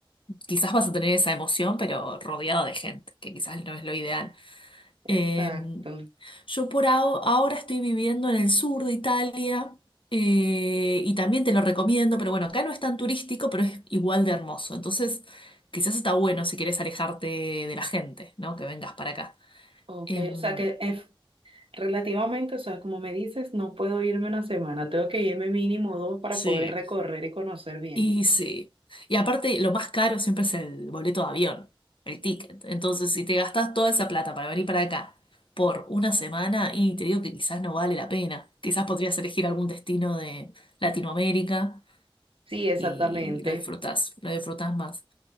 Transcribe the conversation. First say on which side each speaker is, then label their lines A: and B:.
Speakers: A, on the left (about 70°); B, on the right (about 80°).
A: quizás vas a tener esa emoción, pero rodeado de gente, que quizás no es lo ideal. Em,
B: Exacto.
A: Yo por aho- ahora estoy viviendo en el sur de Italia eh, y también te lo recomiendo, pero bueno, acá no es tan turístico, pero es igual de hermoso. Entonces, quizás está bueno si quieres alejarte de la gente, ¿no? Que vengas para acá.
B: Ok,
A: Em,
B: o sea que es Relativamente, o sea, como me dices, no puedo irme una semana, tengo que irme mínimo dos para
A: sí,
B: poder recorrer y conocer bien.
A: y sí. Y aparte, lo más caro siempre es el boleto de avión, el ticket. Entonces, si te gastas toda esa plata para venir para acá por una semana, y te digo que quizás no vale la pena. Quizás podrías elegir algún destino de Latinoamérica.
B: Sí, exactamente.
A: y lo disfrutas lo disfrutas más.